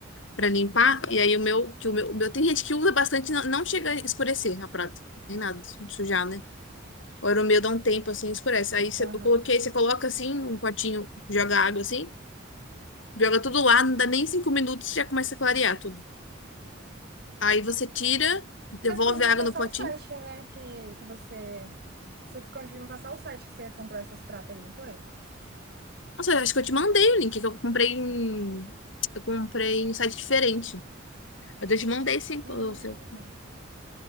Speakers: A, on the left; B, on the right.
A: pra limpar. E aí o meu, que o meu, o meu, tem gente que usa bastante, não, não chega a escurecer a prata. Nem nada, sujar, né? O meu dá um tempo assim, escurece. Aí você-
B: Aham.
A: eu coloquei, você coloca assim, um potinho, joga água assim, joga tudo lá, não dá nem cinco minutos, já começa a clarear tudo. Aí você tira, devolve
B: Você ficou de me
A: a água
B: passar
A: no potinho.
B: o site, né? Que, que você. Você ficou de me passar o site que você comprou essas pratas aí, não foi?
A: Nossa, eu acho que eu te mandei o link, que eu comprei em, eu comprei em site diferente. Mas eu te mandei sim,
B: Hum.
A: o seu.